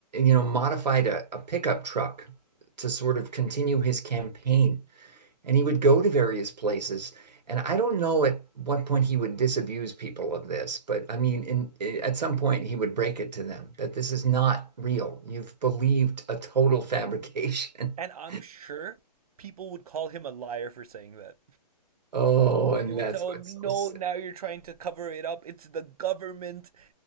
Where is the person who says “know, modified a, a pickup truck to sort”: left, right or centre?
Right